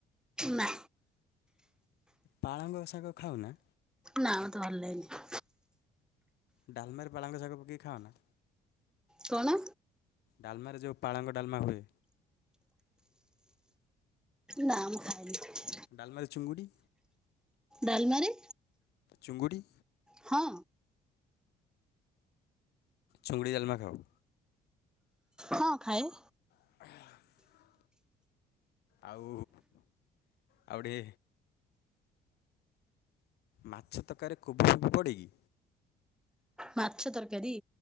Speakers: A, in the centre; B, on the left.
A: ନା।
B: ପାଳଙ୍ଗ ଶାଗ ଖାଉନା।
A: ନା ମତେ ଭଲ ଲାଗେନି।
B: ଡାଲମାରେ ପାଳାଙ୍ଗ ଶାଗ ପକେଇକି ଖାଅନା।
A: କଣ।
B: ଡାଲମାରେ ଯୋଉ ପାଳଙ୍ଗ ଡାମା ହୁଏ।
A: ନା ମୁଁ ଖାଏନି।
B: ଡାଲମା ରେ ଚିଙ୍ଗୁଡ଼ି।
A: ଡାଲମାରେ।
B: ଚୁଙ୍ଗୁଡ଼ି।
A: ହଁ।
B: ଚୁଙ୍ଗୁଡ଼ିଡଲମା ଖାଉ।
A: ହଁ ଖାଏ।
B: <inaudible> ଆଉ ଆଉ ଗୋଟେ। ମାଛ ତରକାରୀ କୋବି ଫୋବି ପଡ଼େକି
A: ମାଛ ତରକାରୀ।